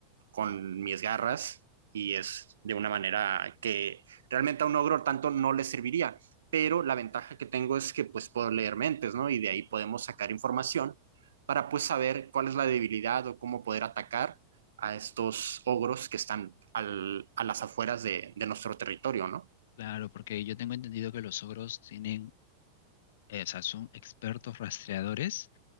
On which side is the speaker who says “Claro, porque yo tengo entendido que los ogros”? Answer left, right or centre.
Left